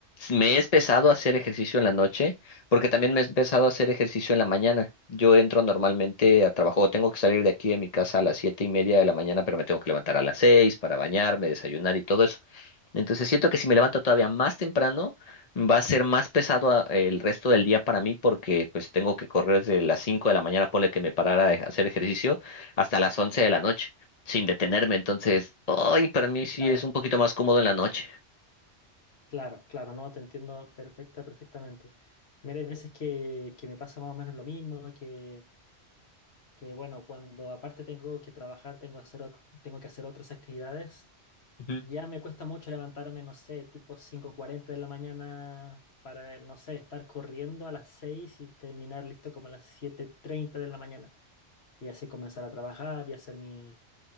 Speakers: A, on the left; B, on the left.
A: me he empezado a hacer ejercicio en la noche, porque también me he empezado a hacer ejercicio en la mañana. Yo entro normalmente a trabajo, tengo que salir de aquí de mi casa a las siete y media de la mañana, pero me tengo que levantar a las seis para bañarme, desayunar y todo eso. Entonces siento que si me levanto todavía más temprano, va a ser más pesado a- el resto del día para mí, porque pues tengo que correr desde las cinco de la mañana, ponle que me parara a hacer ejercicio, hasta las once de la noche. sin detenerme, entonces, ay, para mí sí
B: Claro,
A: es un poquito más cómodo en la noche.
B: claro, claro, no, te entiendo perfecta, perfectamente. Mira, hay veces que, que me pasa más o menos lo mismo, que, que bueno, cuando aparte tengo que trabajar, tengo, que hacer, ot- tengo que hacer otras actividades.
A: Ujú,
B: Ya me cuesta mucho levantarme, no sé, tipo cinco cuarenta de la mañana para, no sé, estar corriendo a las 6 y terminar listo como a las siete treinta de la mañana. Y así comenzar a trabajar y hacer mi,